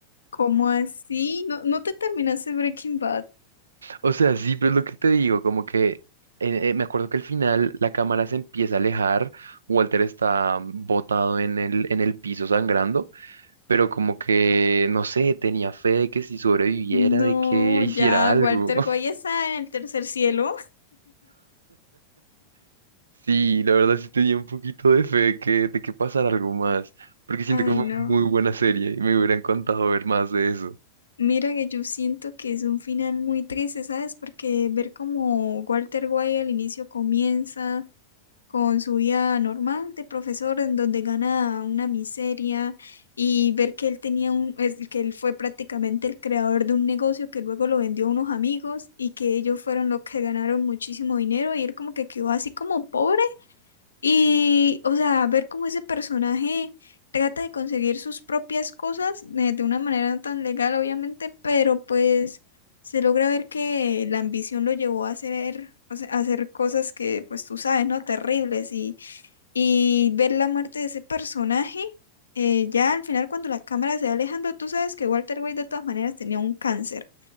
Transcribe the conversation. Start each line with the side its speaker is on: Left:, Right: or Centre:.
Left: ¿Cómo así? ¿No, no te terminaste Breaking Bad?
Right: O sea, sí, pero es lo que te digo, como que eh, eh, me acuerdo que al final la cámara se empieza a alejar, Walter está mm, botado en el, en el piso sangrando, pero como que, no sé, tenía fe de que si sobreviviera,
Left: No,
Right: de que hiciera
Left: Ya,
Right: algo.
Left: Walter White está en el tercer cielo.
Right: Sí, la verdad sí tenía un poquito de fe de que, de que pasara algo más, porque siento
Left: ay,
Right: que fue
Left: no.
Right: muy buena serie y me hubiera encantado ver más de eso.
Left: Mira que yo siento que es un final muy triste, ¿sabes? Porque ver como Walter White al inicio comienza con su vida normal de profesor en donde gana una miseria y ver que él tenía un, es- que él fue prácticamente el creador de un negocio que luego lo vendió a unos amigos y que ellos fueron los que ganaron muchísimo dinero y él como que quedó así como pobre. Y, o sea, ver cómo ese personaje trata de conseguir sus propias cosas de, de una manera no tan legal, obviamente, pero pues se logra ver que la ambición lo llevó a hacer, o sea, a hacer cosas que, pues tú sabes, ¿no? Terribles. Y, y ver la muerte de ese personaje, eh, ya al final cuando la cámara se va alejando, tú sabes que Walter White de todas maneras tenía un cáncer.